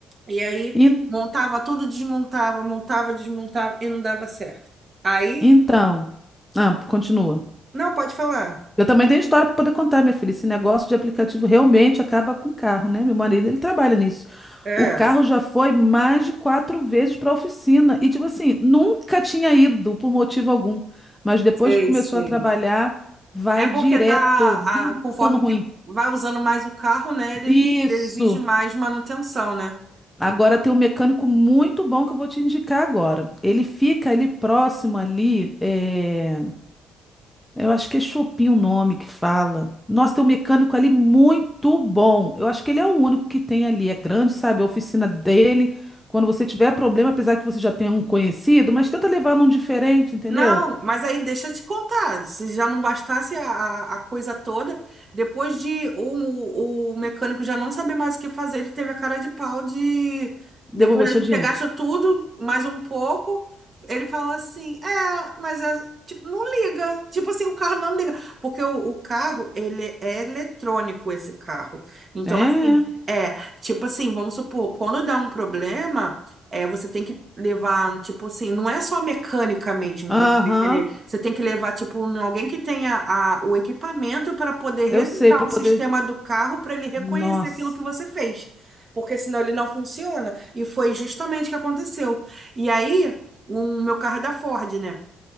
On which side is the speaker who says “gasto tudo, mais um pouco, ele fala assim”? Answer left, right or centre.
Right